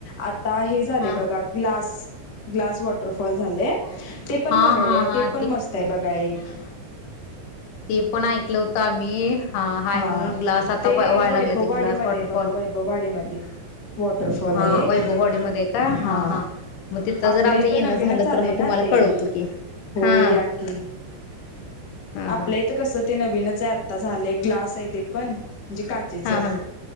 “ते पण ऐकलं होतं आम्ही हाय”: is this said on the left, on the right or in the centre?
Left